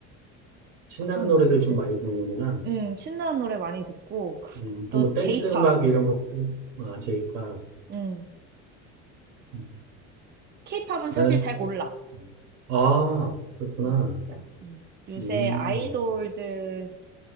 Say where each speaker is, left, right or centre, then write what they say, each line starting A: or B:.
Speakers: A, on the right (about 75°); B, on the right (about 35°).
A: 신나는
B: 가끔
A: 노래들
B: 뭐 듣지?
A: 좀 많이 듣는구나.
B: 음, 신나는 노래 많이 듣고,
A: 음, 또
B: 또
A: 뭐 댄스
B: J-pop,
A: 음악 이런 것도, 아, 제이팝.
B: 음,
A: 음,
B: K-pop은
A: 나는,
B: 사실 잘 몰라.
A: 아, 그렇구나.
B: 음, 음. 요새
A: 음,
B: 아이돌들이